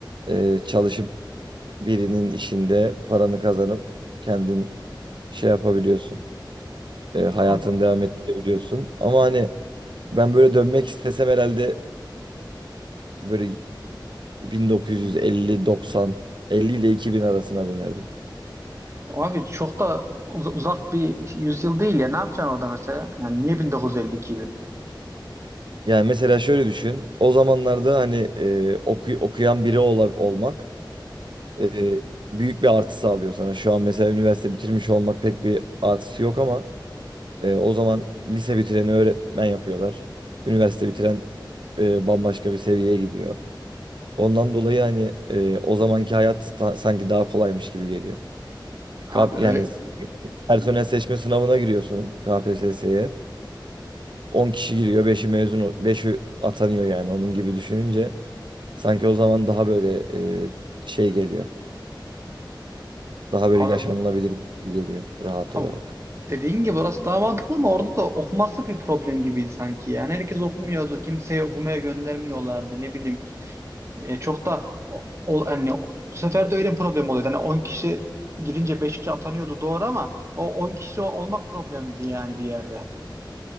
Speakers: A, on the right; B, on the right.
A: e, çalışıp birinin işinde paranı kazanıp kendin şey yapabiliyorsun. E, hayatını
B: Abi,
A: devam ettirebiliyorsun. Ama hani ben böyle dönmek istesem herhalde böyle 1950, 90, 50 ile 2000 arasına dönerdim.
B: abi çok da uz- uzak bir yüzyıl değil ya. Ne yapacaksın orada mesela? Yani niye 1950 bin?
A: Yani mesela şöyle düşün. O zamanlarda hani e, oku- okuyan biri ola- olmak e, büyük bir artı sağlıyor sana. Şu an mesela üniversite bitirmiş olmak pek bir artısı yok ama E, o zaman lise bitireni öğretmen yapıyorlar. Üniversite bitiren e, bambaşka bir seviyeye gidiyor. Ondan dolayı hani e, o zamanki hayat ta- sanki daha kolaymış gibi geliyor.
B: Abi,
A: Kap
B: öyle,
A: yani personel seçme sınavına giriyorsun KPSS'ye. 10 kişi giriyor, 5'i mezun, 5'i atanıyor yani onun gibi düşününce sanki o zaman daha böyle e, şey geliyor. Daha böyle
B: abi,
A: yaşanılabilir gibi geliyor rahat
B: abi
A: olarak.
B: dediğin gibi orası daha mantıklı ama orada da okuması bir problem gibiydi sanki. Yani herkes okumuyordu. Kimseyi okumaya göndermiyorlardı. Ne bileyim. E, çok da o, o- hani, o- bu sefer de öyle bir problem oluyordu. Hani 10 kişi girince 5 kişi atanıyordu doğru ama o 10 kişi olmak problemdi yani bir yerde.